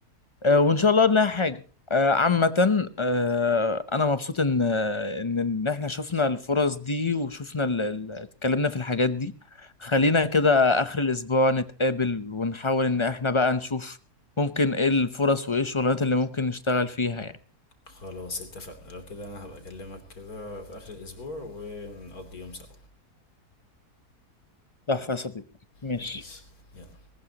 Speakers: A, on the left; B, on the left.
A: آه، وان شاء الله نلاقي حاجه آه، عامه آه، انا مبسوط ان آه، ان إن احنا شفنا الفرص دي وشفنا ال- ال- اتكلمنا في الحاجات دي خلينا كده اخر الاسبوع نتقابل ونحاول ان احنا بقى نشوف ممكن ايه الفرص وايه الشغلانات اللي ممكن نشتغل فيها يعني
B: خلاص اتفقنا لو كده انا هبقى اكلمك كده في اخر الاسبوع ونقضي يوم سوا
A: تحفة يا صديقي ماشي
B: ماشي يلا